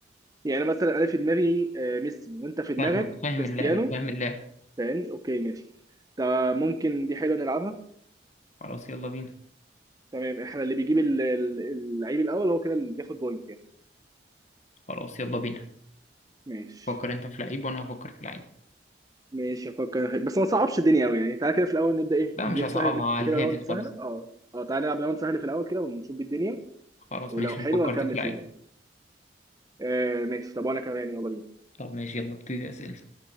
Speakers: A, on the right; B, on the left.
A: يعني أنا مثلا انا في دماغي آه، ميسي وانت في دماغك
B: فاهمك فاهم
A: كريستيانو
B: اللعبه فاهم اللعبه
A: فاهمني اوكي ماشي ده ممكن دي حلوه نلعبها
B: خلاص يلا بينا
A: تمام احنا اللي بيجيب ال- ال- اللعيب الاول هو كده اللي بياخد بوينت يعني
B: خلاص يلا بينا
A: ماشي
B: فكر انت في لعيب وانا هفكر في لعيب
A: ماشي افكر بس ما صعبش الدنيا قوي يعني تعالى كده في الاول نبدا ايه
B: لا
A: جيم
B: مش هصعبها
A: سهل
B: على
A: كده
B: الهادي
A: راوند سهله
B: خالص
A: اه اه تعالى نلعب راوند سهل في الاول كده ونشوف الدنيا
B: خلاص
A: ولو
B: ماشي
A: حلوه
B: ما فكرت
A: نكمل
B: في لعيب
A: فيها يعني آه ماشي طب وانا كمان يلا بينا
B: طب ماشي يلا ابتدي اسئلتك